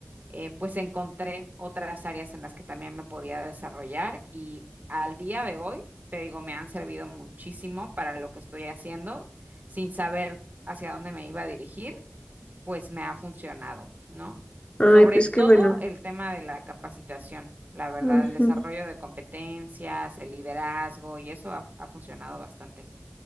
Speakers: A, on the right; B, on the left.
A: eh, pues encontré otras áreas en las que también me podía desarrollar y al día de hoy te digo, me han servido muchísimo para lo que estoy haciendo, sin saber hacia dónde me iba a dirigir, pues me ha funcionado, ¿no?
B: Ay,
A: Sobre
B: pues
A: todo
B: qué bueno.
A: el tema de la capacitación, la verdad,
B: Ujú.
A: el desarrollo de competencias, el liderazgo, y eso ha, ha funcionado bastante.